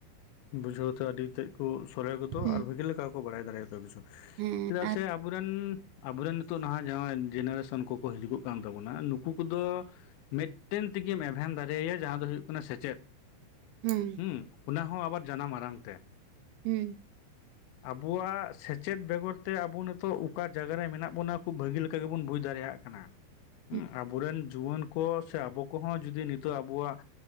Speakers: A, on the left; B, on the right.
A: ᱵᱩᱡᱷᱟᱹᱣ ᱛᱮ ᱟᱹᱰᱤ ᱜᱮᱫ ᱠᱚ ᱥᱚᱞᱦᱮ ᱜᱚᱫᱚ
B: ᱦᱮᱸ
A: ᱟᱨ ᱵᱷᱟᱹᱜᱤ ᱞᱮᱠᱟ ᱠᱚ ᱵᱟᱲᱟᱭ ᱫᱟᱲᱮᱭᱟ ᱛᱚᱵᱮᱥᱚᱠ
B: ᱦᱮᱸ
A: ᱪᱮᱫᱟᱜ
B: ᱟᱨ
A: ᱥᱮ ᱟᱵ.... <unintelligible> -ᱵᱚᱨᱮᱱ, ᱟᱵᱚᱨᱮᱱ ᱱᱤᱛᱚᱜ ᱱᱟᱦᱟᱸᱜ ᱡᱟᱦᱟᱸ ᱡᱮᱱᱟᱨᱮᱥᱚᱱ ᱠᱚᱠᱚ ᱦᱤᱡᱩᱜ ᱠᱟᱱ ᱛᱟᱵᱚᱱᱟ ᱱᱩᱠᱩ ᱠᱚᱫᱚ, ᱢᱤᱫᱴᱮᱱ ᱛᱮᱜᱮᱢ ᱮᱵᱷᱮᱱ ᱫᱟᱲᱮᱭᱟᱭᱟ ᱡᱟᱦᱟᱸ ᱫᱚ ᱦᱩᱭᱩᱜ ᱠᱟᱱᱟ ᱥᱮᱪᱮᱫ᱾
B: ᱦᱮᱸ
A: ᱦᱩᱸ ᱚᱱᱟ ᱦᱚᱸ ᱟᱵᱟᱨ ᱡᱟᱱᱟᱢ ᱟᱨᱟᱝ ᱛᱮ᱾
B: ᱦᱩᱸ
A: ᱟᱵᱩᱣᱟᱜ ᱥᱮᱪᱮᱫ ᱵᱮᱜᱚᱨ ᱛᱮ ᱟᱵᱩ ᱱᱤᱛᱚᱜ ᱚᱠᱟ ᱡᱟᱜᱟ ᱨᱮ ᱢᱮᱱᱟᱜ ᱵᱚᱱᱟ ᱠᱷᱩᱵ ᱵᱷᱟᱹᱜᱤ ᱞᱮᱠᱟ ᱜᱮᱵᱩᱱ ᱵᱩᱡᱽ ᱫᱟᱲᱮᱭᱟᱜ ᱠᱟᱱᱟ᱾
B: <inaudible>
A: <unintelligible> ᱟᱵᱚᱨᱮᱱ ᱡᱩᱣᱟᱹᱱ ᱠᱚ ᱥᱮ ᱟᱵᱚ ᱠᱚᱦᱚᱸ ᱡᱩᱫᱤ ᱱᱤᱛᱚᱜ ᱟᱵᱚᱣᱟᱜ,